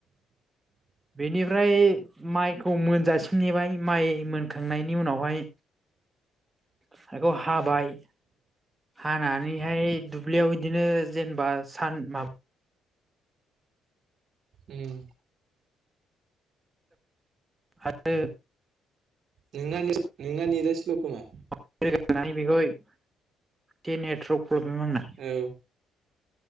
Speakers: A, on the right; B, on the right.
A: बेनिफ्राय माइखौ मोनजासिम नेबाय माइ मोनखांनायनि उनावहाय बेखौ हाबाय हानानैहाय दुब्लियाव इदिनो जेनेबा सान माबा
B: उम
A: आरो
B: नोंना <unintelligible> नोंना नेटआ स्ल' खोमा
A: <unintelligible> बिखौ एसे नेटवर्क प्रब्लेम आंना
B: औ